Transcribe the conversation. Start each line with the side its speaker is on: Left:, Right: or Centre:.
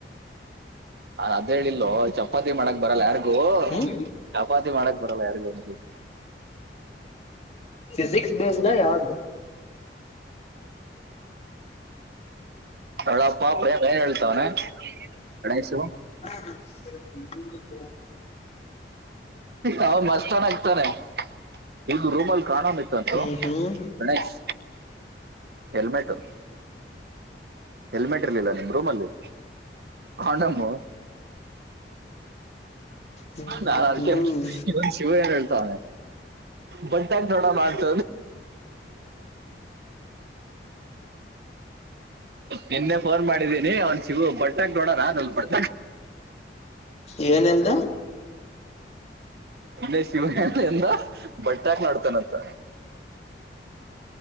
Right: ಅದು ಹೇಳಿದ್ದುಲೋ ಚಪಾತಿ ಮಾಡಕ್ ಬರಲ್ಲ ಹರೆದು
Left: ಹ್ಮ್
Right: ಚಪಾತಿ ಮಾಡಕ್ ಬರಲ್ಲ ಹರೆದು ಅಂತಿದ್ದಳು.
Left: ಿಜಕ್ಸ್ ಬೇಸ್ಡ ಯಾರ
Right: ಹಳಪ್ಪಾ ಪ್ರ ಏನ್ ಹೇಳ್ತವನೆ ಗಣೇಶ
Left: ಹ
Right: ಅವ ಮಸ್ತ್ತನ ಆಗ್ತಾನೆ ಇಗ ರೂಮಲ್ಲಿ ಕಾಣ್ ಇತ್ತು ಅಂತೂ
Left: ಹ್ಮ್ ಹ್ಮ್
Right: ಗಣೇಶ್ ಹೆಲ್ಮೆಟ್ ಹೆಲ್ಮೆಟ್ ಇರ್ಲಿಲ್ಲ ನಿಮ್ಮ್ ರೂಮ್ಲ್ಲಿ ಂಡಂಬ
Left: ಹ್ಮ್
Right: ನಾನು ಅದಕ್ಕೆವನ್
Left: ಹ್ಮ್
Right: ಶಿವ ಏನ್ ಹೇಳ್ತವನೆ ಬಟಾಗ ೋಡ ಮಾಡ್ತ ನಿನ್ನೆ ಫೋನ್ ಮಾಡಿದ್ದೀನಿ ಅವನ್ ಶಿವ ಬಟ್ಟಾಕ್ ನೋಡಣ ಅಲ್ ಬ
Left: ಏನ್ಲ್ದ
Right: ಇಲ್ಲೇ ಶಿವಮ ಎಿಂದ ಬಟ್ಟಾಕ್ ನಡ್ತಾನಂತ